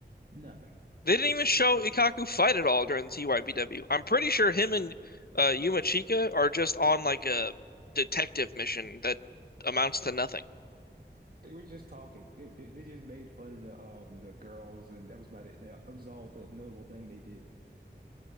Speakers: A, on the right; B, on the left.
A: Nothing.
B: They didn't even show Ikaku fight at all during the TYBW. I'm pretty sure him and uh, Yuma Chika are just on like a detective mission that amounts to nothing.
A: They were just talking. They, they just made fun of the um the girls, and that was about it. They, that was all the notable thing they did.